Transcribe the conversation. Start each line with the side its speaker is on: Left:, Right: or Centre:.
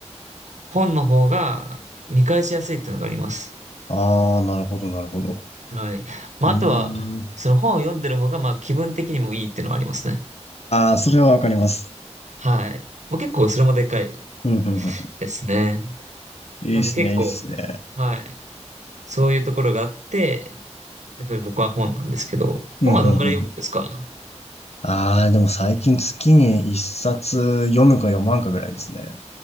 Right: 本の方が見返しやすいっていうのがあります。
Left: ああ、なるほど、なるほど。
Right: はい。まあ、
Left: うーん。
Right: あとは、その本を読んでる方が、まあ、気分的にもいいっていうのはありますね。
Left: ああ、それはわかります。
Right: はい。もう結構それもでかい
Left: うん、うん、うん。
Right: ですね。
Left: いいですね、
Right: なんで結構、
Left: いいですね。
Right: はい。そういうところがあって、やっぱり僕は本なんですけど、
Left: うん、
Right: 本はどんぐらい読むんですか
Left: うん、うん。ああ、でも最近月に一冊読むか読まんかぐらいですね。